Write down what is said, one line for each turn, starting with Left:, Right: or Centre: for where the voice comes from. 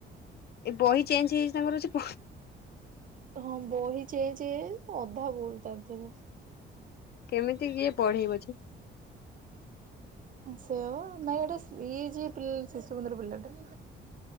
Left: ଏ ବହି ଚେଞ୍ଜ ହେଇଯାଇଚି ତାଙ୍କର ସେ
Right: ତ ହଁ ବହି ଚେଞ୍ଜ ହେଇ। ଅଧା ଭୁଲ ତା ଦେହରେ।
Left: କେମିତି କିଏ ପଢ଼େଇବ ଯେ।
Right: ସେୟା ପା। ନାଇ ଏଟା ଇଏ ଜି ପିଲ ଶିଶୁ ମନ୍ଦିର ପିଲାଟା।